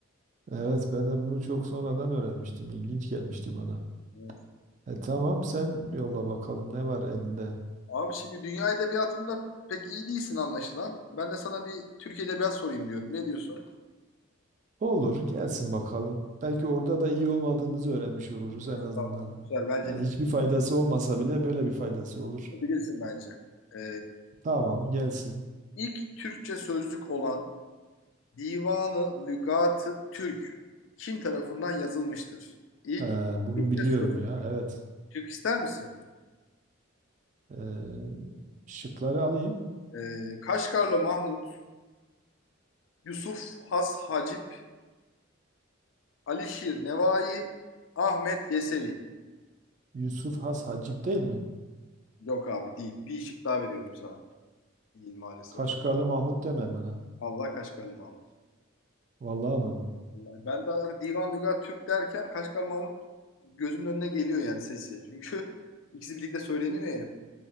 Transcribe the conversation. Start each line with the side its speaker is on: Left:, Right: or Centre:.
Right: Evet ben de bunu çok sonradan öğrenmiştim. İlginç gelmişti bana.
Left: Evet.
Right: E, tamam sen yolla bakalım ne var elinde.
Left: Abi şimdi dünya edebiyatında pek iyi değilsin anlaşılan. Ben de sana bir Türk edebiyat sorayım diyorum. Ne diyorsun?
Right: Olur gelsin bakalım. Belki orada da iyi olmadığımızı öğrenmiş oluruz en
Left: Estağfurullah.
Right: azından.
Left: Güzel. Bence
Right: Yani
Left: bil-
Right: hiçbir faydası olmasa bile böyle bir faydası olur.
Left: bilirsin bence. E,
Right: Tamam gelsin.
Left: ilk Türkçe sözlük olan Divanı Lügat-ı Türk kim tarafından yazılmıştır? İlk
Right: Ee, bunu
Left: Türkçe
Right: biliyorum
Left: sözlük.
Right: ya evet.
Left: Türk ister misin?
Right: Ee, şıkları alayım.
Left: E, Kaşgarlı Mahmut, Yusuf Has Hacip Alişir Nevai, Ahmet Yesevi.
Right: Yusuf Has Hacip değil mi?
Left: Yok abi değil. Bir şık daha veriyorum sana. Değil maalesef.
Right: Kaşgarlı Mahmut deme bana.
Left: Allah Kaşgarlı Mahmut.
Right: Vallahi mı?
Left: Vallahi ben de Divan Lügat Türk derken Kaşgarlı Mahmut gözümün önüne geliyor yani sesi. Çünkü <laughs> ikisi birlikte söyleniyor ya. hep.